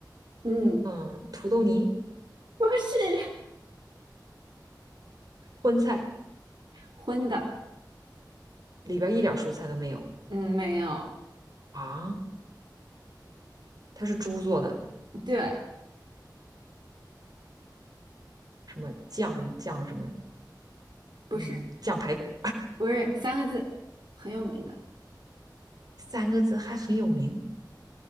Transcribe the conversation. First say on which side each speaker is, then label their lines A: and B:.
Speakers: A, on the right (about 70°); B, on the right (about 55°).
A: 嗯，
B: 嗯，土豆泥、
A: 不是，
B: 荤菜
A: 荤的，
B: 里边一点蔬菜都没有
A: 嗯，没有，
B: 啊，它是猪做的，
A: 对，
B: 什么酱酱什么，
A: 不是，
B: 嗯，酱排骨，
A: 不是，三个字，很有名的，
B: 三个字还很有名。